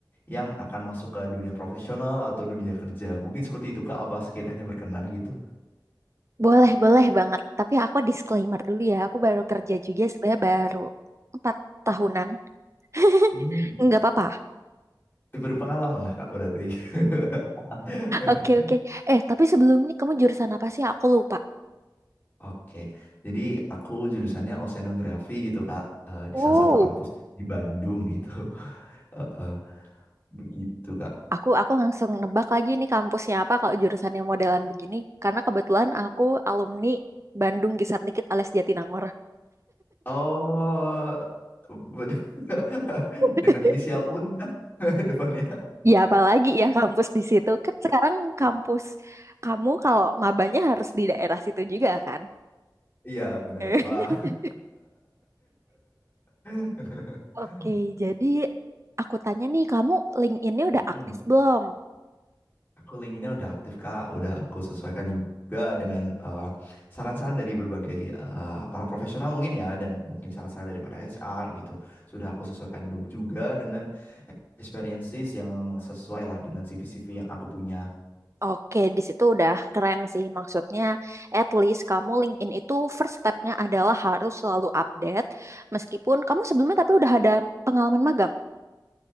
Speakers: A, on the left; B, on the right.
A: yang akan masuk ke dunia profesional atau dunia kerja. Mungkin seperti itu Kak, apa sekiranya berkenan gitu?
B: Boleh, boleh banget. Tapi aku disclaimer dulu ya. Aku baru kerja juga sebenarnya baru empat tahunan. <laughs>
A: Hmm,
B: Nggak apa-apa.
A: berpengalaman lah Kak berarti. <laughs>
B: Oke, oke. Eh, tapi sebelumnya kamu jurusan apa sih? Aku lupa.
A: Oke, jadi aku jurusannya oceanografi gitu Kak, eh, di
B: Oh,
A: salah satu kampus di Bandung gitu. <laughs> Eh, eh, begitu Kak.
B: aku aku langsung nebak lagi nih kampusnya apa kalau jurusannya modelan begini. Karena kebetulan aku alumni Bandung Gisar Dikit alias Jatinangor.
A: Oh, bener. <laughs>
B: <laughs>
A: Dengan inisial UN kan <laughs> depannya.
B: Ya apalagi ya kampus di situ. Kan sekarang kampus kamu kalau mabanya harus di daerah situ juga kan?
A: Iya benar.
B: <laughs>
A: Wah. <laughs>
B: Oke, jadi aku tanya nih, kamu LinkedIn-nya udah
A: Mm-mm.
B: aktif belum?
A: Aku linkedin udah aktif Kak, udah aku sesuaikan juga dengan eh, saran-saran dari berbagai eh, para profesional mungkin ya dan mungkin saran-saran daripada HR gitu. Sudah aku sesuaikan du- juga dengan experiences yang sesuai lah dengan CV-CV yang aku punya.
B: Oke, di situ udah keren sih. Maksudnya, at least kamu LinkedIn itu first step-nya adalah harus selalu update. Meskipun kamu sebelumnya tapi udah ada pengalaman magang.